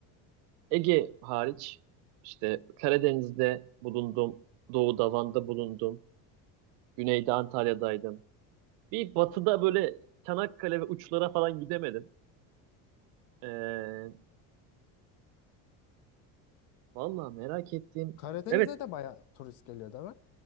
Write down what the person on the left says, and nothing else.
Karadeniz'e
de baya turist geliyor değil mi?